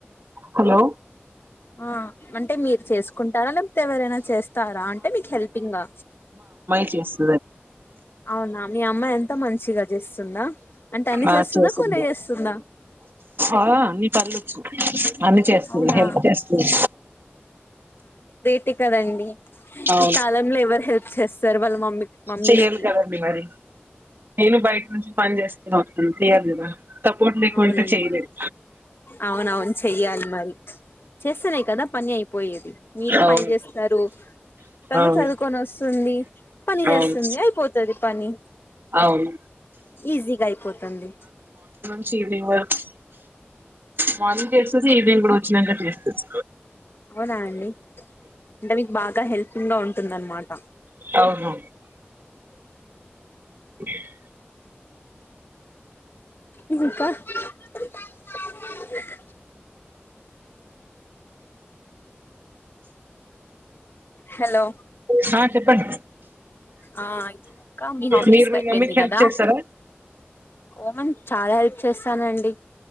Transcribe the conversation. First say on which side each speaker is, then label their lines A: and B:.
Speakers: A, on the right; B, on the left.
A: హలో
B: ఆ అంటే మీరు చేసుకుంటారా లేకపోతే ఎవరైనా చేస్తరా అంటే మీకు హెల్పింగా
A: చెస్
B: అవునా మీ అమ్మాయ్ త మంచిగా చేస్తుందా అంటే అన్ని
A: ఆ
B: చేస్తుందా
A: చేసిది
B: కొన్నే చేస్తుందా
A: ఆ అన్నీ పనులొచ్చు అన్నీ చేస్తుంది
B: అవునా
A: హెల్ప్ చేస్తుంది
B: టె కదండీ
A: అవును
B: ఈ కాలంలో ఎవరు హెల్ప్ చేస్తారు వాళ్ళ మమ్మీ మమ్మీస్
A: చెయ్యాలి
B: కి
A: కదండి మరి నేను బయట నుంచి పని చేస్కొని వస్తాం చేయాలి కదా సపోర్ట్ లేకుంటే
B: అవునండి
A: చేయలేదు
B: అవునవును చెయ్యాలి మరి చేస్తనే కదా పని అయిపోయేది మీరు
A: అవును
B: పని చేస్తరు తను
A: అవును
B: చదువుకొని వస్తుంది పని చేస్తుంది
A: అవును
B: అయిపోతుంది పని
A: అవును
B: ఈజీగా అయిపోతంది
A: <unintelligible> వర్క్స్ మార్నింగ్ చేస్తుంది ఈవినింగ్ గుడా వచ్చినాక చేస్తుంది
B: అవునా అండి అంటే మీకు బాగా హెల్పింగ్ గా ఉంటుందన్ మాట
A: అవును ఉష్
B: ఇప్ప ఇప్ప ఇప్ప ఇప్ప హలో
A: హా చెప్పండి
B: ఆ ఇంకా మీ హాబీస్
A: మీరు మీ
B: అయిపోయింది
A: మమ్మీకి హెల్ప్
B: కదా
A: చేస్తారా
B: ఓమన్ చాలా హెల్ప్ చేస్తానండి